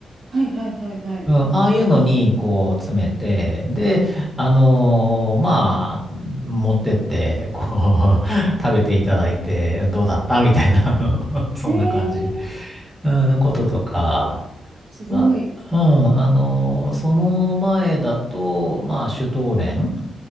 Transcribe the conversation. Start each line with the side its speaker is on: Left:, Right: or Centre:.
Right: はいはいはいはい。
Centre: うん、ああいうのに、こう、詰めて、で、あのーまあ、持ってって、こう、<laughs> 食べていただいて、どうだったみたいな、あの、<laughs> そんな感じ、
Right: えー、
Centre: うん、のこととか、
Right: すごい。
Centre: まあ、うん、あのーその前だと、まあ、シュトーレン